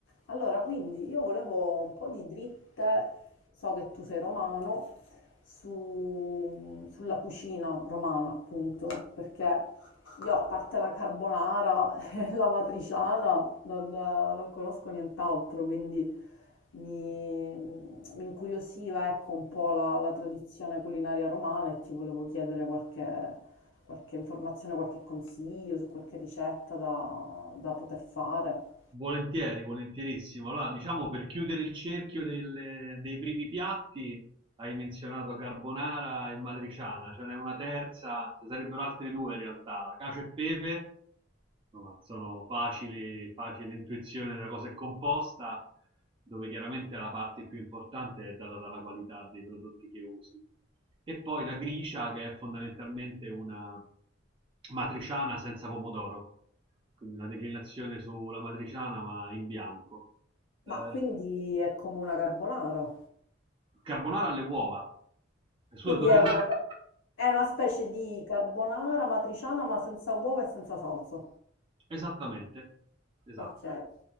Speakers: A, on the left; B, on the right.
A: Allora, quindi io volevo un po' di dritte, so che tu sei romano, su- sulla cucina romana, appunto, perché io a parte la carbonara <laughs> e la matriciana non, non conosco nient'altro, quindi mi, mi incuriosiva, ecco, un po' la, la tradizione culinaria romana e ti volevo chiedere qualche, qualche informazione, qualche consiglio su qualche ricetta da da poter fare.
B: Volentieri, volentierissimo. Allora, diciamo per chiudere il cerchio delle- dei primi piatti, hai menzionato carbonara e matriciana, ce n'è una terza, ce sarebbero altri due in realtà, la cacio e pepe insomma, sono facili, facile intuizione della cosa è composta, dove chiaramente la parte più importante è data dalla qualità dei prodotti che usi. E poi la gricia, che è fondamentalmente una matriciana senza pomodoro, quindi una declinazione sulla matriciana ma in bianco. Eh,
A: Ma quindi è come una carbonara.
B: carbonara alle uova. Scusa,
A: Quindi
B: ti ho detto...
A: è una, ca-
B: <laughs>
A: è una specie di carbonara matriciana ma senza uova e senza salsa.
B: Esattamente, esatto,
A: Ok,